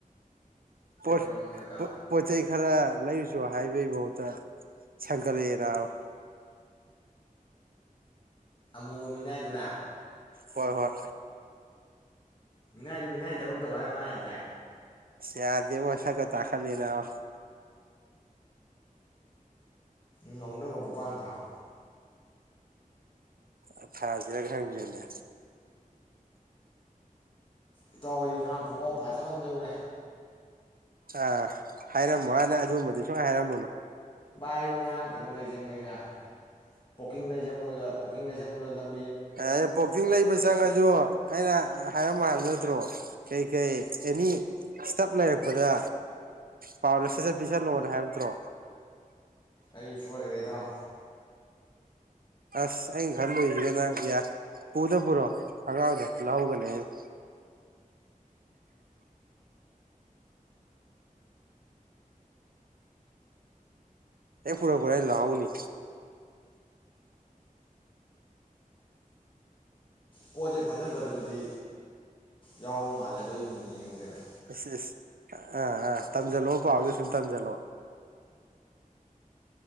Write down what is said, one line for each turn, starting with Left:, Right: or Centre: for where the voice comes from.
Left: ꯀꯩꯗꯧꯔꯝꯃꯣ
Right: ꯄꯣꯠ
Left: ꯏꯇꯥꯎ
Right: ꯄ ꯄꯣꯠꯆꯩ ꯈꯔ ꯂꯩꯔꯨꯆꯣ ꯍꯥꯏꯕꯩ ꯐꯥꯎꯕꯇ ꯁꯪꯒꯠꯂꯛꯑꯦ ꯅꯕꯥ꯫
Left: ꯑꯃꯨꯕ ꯃꯤꯅꯥꯏꯗꯨꯔꯥ
Right: ꯍꯣꯏ ꯍꯣꯏ
Left: ꯃꯤꯅꯥꯏꯗꯨ ꯃꯤꯅꯥꯏ ꯊꯕꯛ ꯇꯧ ꯍꯥꯏꯔ ꯃꯥ ꯌꯥꯗ꯭ꯔꯦ
Right: ꯌꯥꯗꯦꯕꯣ ꯁꯀꯥ ꯇꯥꯈꯠꯂꯦ ꯅꯕꯥ
Left: ꯉꯧꯅꯕ ꯒꯨꯄꯥꯛꯅ ꯊꯥꯎ
Right: ꯑ ꯊꯥꯖꯤꯔ ꯈꯪꯗꯦꯅꯦ
Left: ꯏꯇꯥꯎ ꯑꯩꯗꯤ ꯉꯔꯥꯡ ꯈꯣꯡꯒ꯭ꯔꯥꯎ ꯐꯥꯖꯕ ꯑꯃ ꯂꯩꯔꯨꯔꯦ
Right: ꯑ ꯍꯥꯏꯔꯝꯃꯣ ꯍꯥꯏꯅ ꯑꯗꯨꯒꯨꯝꯕꯗꯤ ꯁꯨꯍꯥꯏ ꯍꯥꯏꯔꯝꯃꯨꯅꯨ
Left: ꯚꯥꯏ ꯑꯩꯗꯣ ꯉꯔꯥꯡ ꯀꯩꯅꯣ ꯂꯩꯆꯪꯕꯅꯤꯗ ꯄꯣꯛꯀꯤꯡ ꯂꯩꯖꯪꯕꯗꯨꯗ ꯄꯣꯀꯤꯡ ꯂꯩꯖꯪꯕꯗꯨꯗ ꯂꯝ
Right: ꯑꯦ ꯄꯣꯛꯀꯤꯡ ꯂꯩꯕ ꯆꯪꯉꯁꯨ ꯑꯩꯅ ꯍꯥꯏꯔꯝꯃꯣ ꯍꯥꯏꯕ ꯅꯠꯇ꯭ꯔꯣ ꯀꯩ ꯀꯩ ꯑꯦꯅꯤ ꯁꯇꯞ ꯂꯩꯔꯛꯄꯗ ꯄꯥꯎꯗ ꯁꯠꯖꯠ ꯄꯤꯁꯜꯂꯣꯑꯣꯅ ꯍꯥꯏꯕ ꯅꯠꯇ꯭ꯔꯣ
Left: ꯑꯩ ꯁꯣꯏꯈ꯭ꯔꯦ ꯏꯇꯥꯎ
Right: ꯑꯁ ꯑꯩꯅ ꯈꯜꯂꯨꯏꯁꯤꯒ ꯂ ꯅꯪ ꯌꯥ ꯄꯨꯗ ꯄꯨꯔꯣ ꯑꯉꯥꯡꯗꯣ ꯂꯧꯍꯧꯒꯅꯦ ꯑꯩꯅ ꯑꯦꯛ ꯄꯨꯔꯥꯛꯄꯒ ꯑꯩꯅ ꯂꯧꯍꯧꯅꯤ
Left: ꯄꯣꯠꯁꯦ ꯐꯖ ꯐꯖꯕꯗꯤ ꯌꯥꯎꯕ ꯃꯥꯜꯂꯦ ꯑꯗꯣ ꯑꯩ ꯃꯨꯟꯅ ꯌꯦꯡꯉꯛꯇ꯭ꯔꯦꯕ
Right: ꯏꯁ ꯏꯁ ꯑꯥ ꯑꯥ ꯇꯝꯖꯜꯂꯛꯑꯣ ꯄꯥꯎꯗ ꯁꯨꯝ ꯇꯝꯖꯜꯂꯛꯑꯣ